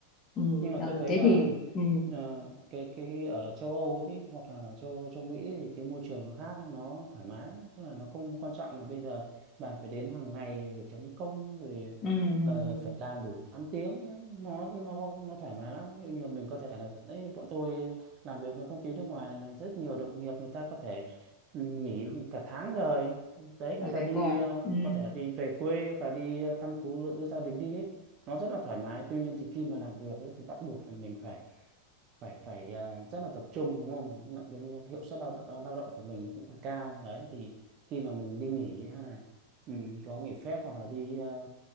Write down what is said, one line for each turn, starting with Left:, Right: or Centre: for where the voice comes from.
Left: ừ
Right: nhưng mà
Left: ờ
Right: tôi thấy
Left: thế
Right: là
Left: thì ừ
Right: ờ, cái cái ở châu Âu ấy tí, hoặc là châu châu Mỹ thì cái môi trường nó khác ấy, nó thoải mái lắm tức là nó không quan trọng là bây giờ bà phải đến hàng ngày rồi chấm công rồi
Left: ừ ừ.
Right: ờ, phải làm đủ tám tiếng đấy nó nó nó thoải mái lắm ví dụ như mình có thể là đấy, bọn tôi làm việc với công ty nước ngoài này, này rất nhiều đồng nghiệp người ta có thể ừ, nghỉ cả tháng rồi đấy
Left: ở
Right: người ta
Left: đấy
Right: đi
Left: coi à?
Right: ờ,
Left: ừ
Right: có thể đi về quê hoặc là đi ờ, thăm thú đưa gia đình đi ấy nó rất là thoải mái tuy nhiên thì khi mà làm việc ấy, thì bắt buộc là mình phải phải phải à, rất là tập trung đúng không Nó- cái, cái hiệu suất lao, lao động của mình cũng phải cao đấy thì khi mà mình đi nghỉ hay là ừ, có nghỉ phép hoặc là đi à,